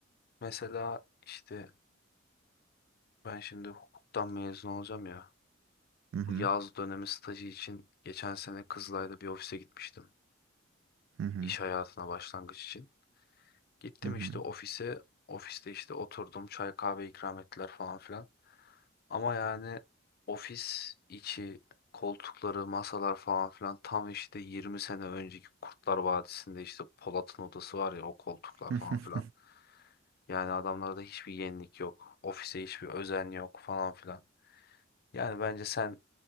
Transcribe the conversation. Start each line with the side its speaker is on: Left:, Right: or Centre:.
Left: mesela işte ben şimdi hukuktan mezun olacağım ya.
Right: Hı hı,
Left: Bu yaz dönemi stajı için geçen sene Kızılay'da bir ofise gitmiştim.
Right: hı hı,
Left: İş hayatına başlangıç için. Gittim
Right: hı hı,
Left: işte ofise. Ofiste işte oturdum. Çay kahve ikram ettiler falan filan. Ama yani ofis içi koltukları, masalar falan filan tam işte 20 sene önceki Kurtlar Vadisi'nde işte Polat'ın odası var ya o koltuklar
Right: <laughs> hı
Left: falan
Right: hı.
Left: filan. Yani adamlarda hiçbir yenilik yok. Ofise hiçbir özen yok falan filan. Yani bence sen